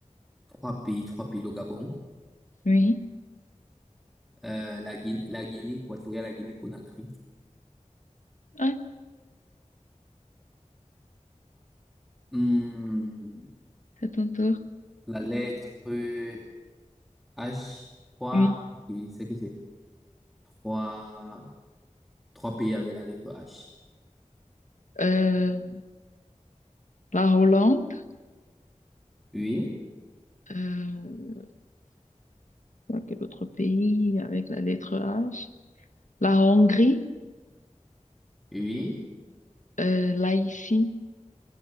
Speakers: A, in the centre; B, on the left.
A: trois pays, trois pays, le Gabon,
B: Oui,
A: euh, la Guinée, la Guinée équatoriale, la Guinée-Conakry.
B: ouais,
A: Hmm,
B: c'est ton tour.
A: la lettre H, trois,
B: Oui.
A: ok, c'est que c'est trois, trois pays avec la lettre H.
B: Euh, la Hollande.
A: Oui,
B: Euh, quel autre pays avec la lettre H? La Hongrie,
A: oui,
B: euh, là ici,